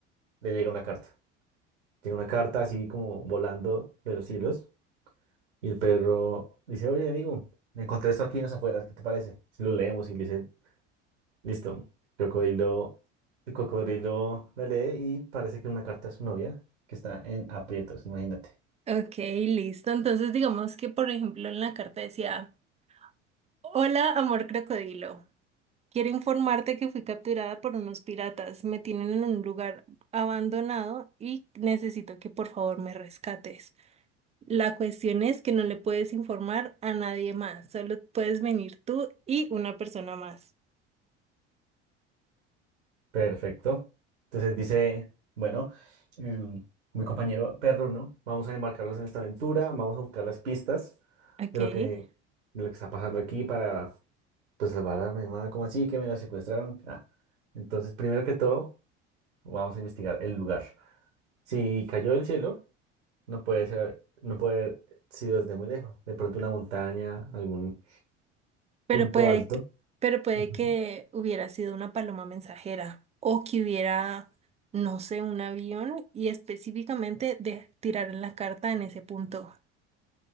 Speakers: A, on the right; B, on the right.
A: le llega una carta. Llega una carta así como volando de los cielos y el perro dice, oye amigo, me encontré esto aquí en las afueras, ¿qué te parece? Si lo leemos y dice, listo, el crocodilo, el cocodrilo la lee y parece que es una carta de su novia que está en aprietos, imagínate.
B: ok, listo. Entonces digamos que, por ejemplo, en la carta decía, Hola, amor crocodilo. Quiero informarte que fui capturada por unos piratas. Me tienen en un lugar abandonado y necesito que por favor me rescates. La cuestión es que no le puedes informar a nadie más. Solo puedes venir tú y una persona más.
A: Perfecto. Entonces dice, bueno, em, mi compañero perro, ¿no? Vamos a embarcarnos en esta aventura, vamos a buscar las pistas
B: Ok.
A: de lo que, de lo que está pasando aquí para pues salvar a mi hermana, como así que me la secuestraron. Ah, Entonces, primero que todo, vamos a investigar el lugar. Si cayó del cielo, no puede ser, no puede haber sido desde muy lejos. De pronto una montaña, algún
B: Pero
A: punto
B: puede
A: alto.
B: que, pero puede
A: Ujú.
B: que hubiera sido una paloma mensajera o que hubiera, no sé, un avión y específicamente de tirar la carta en ese punto,